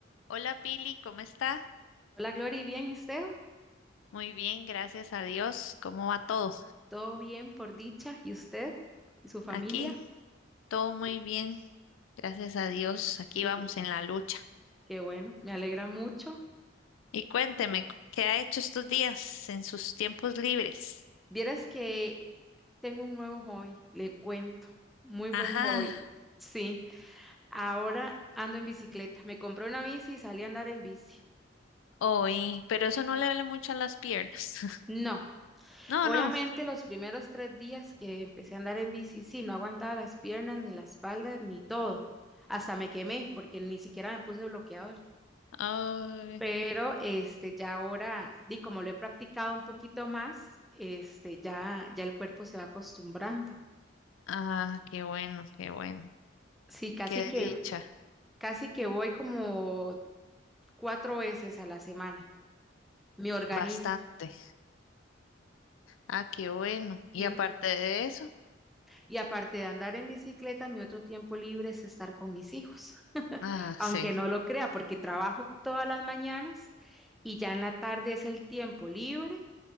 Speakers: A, on the left; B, in the centre.
A: Hola Pili, ¿cómo está?
B: Hola, Glory, ¿bien y usted?
A: Muy bien, gracias a Dios. ¿Cómo va todo?
B: Todo bien por dicha. ¿Y usted y su familia?
A: Aquí todo muy bien, gracias a Dios. Aquí
B: Qué,
A: vamos en la lucha.
B: qué bueno, me alegra mucho.
A: Y cuénteme, ¿qué ha hecho estos días en sus tiempos libres?
B: Vieras que tengo un nuevo hobby, le cuento. Muy buen
A: Ajá,
B: hobby. Sí, ahora ando en bicicleta. Me compré una bici y salí a andar en bici.
A: hoy, pero eso no le duele mucho a las piernas. <laughs>
B: No,
A: No,
B: obviamente
A: no.
B: los primeros tres días que empecé a andar en bici, sí, no aguantaba las piernas, ni la espalda, ni todo. Hasta me quemé porque ni siquiera me puse bloqueador.
A: Ay,
B: Pero este, ya ahora, di como lo he practicado un poquito más, este, ya, ya el cuerpo se va acostumbrando.
A: ah, qué bueno, qué bueno.
B: Sí, casi
A: Qué
B: que,
A: dicha,
B: casi que voy como cuatro veces a la semana, me organizo.
A: bastante. Ah, qué bueno. Y
B: Y,
A: aparte de eso,
B: y aparte de andar en bicicleta, mi otro tiempo libre es estar con mis hijos,
A: ah,
B: aunque
A: sí.
B: no lo crea, porque trabajo todas las mañanas y ya en la tarde es el tiempo libre